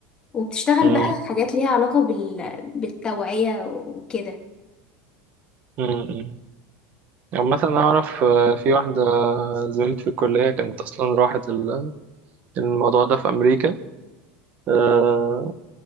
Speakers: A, on the left (about 15°); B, on the right (about 30°).
A: وبتشتغل
B: مم.
A: بقى حاجات ليها علاقة بال... بالتوعية وكده
B: مم. عامة أنا أعرف آه، في واحدة زميلتي في الكلية كانت أصلا راحت ال- الموضوع ده في أمريكا آه،